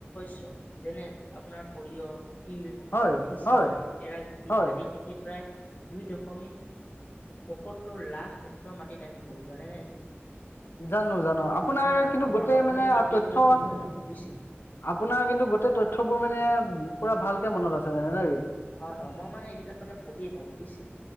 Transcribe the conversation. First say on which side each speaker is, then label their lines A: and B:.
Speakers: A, on the left; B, on the left.
A: শস্য যেনে আপোনাৰ সৰিয়হ তিল,
B: হয়
A: তিচি,
B: হয়
A: এৰাগুটি
B: হয়
A: আদি খেতি প্ৰায় দুই দশমিক পয়সত্তৰ লাখ হেক্টৰ মাটিত আমি কৰো জানেনে এইটো।
B: জানো, জানো, আপোনাৰ
A: আমাৰ
B: কিন্তু
A: আমাৰ
B: গোটেই
A: অসমৰ
B: মানে
A: মাটি
B: তথ্য
A: আপোনাৰ সোণৰ মাটি বুজিছে।
B: আপোনাৰ কিন্তু গোটেই তথ্যবোৰ মানে পুৰা ভালকে মনত আছে মানে নেই।
A: হয়, হয় মই মানে এইবিলাক মানে পঢ়িয়ে থাকো বুজিছে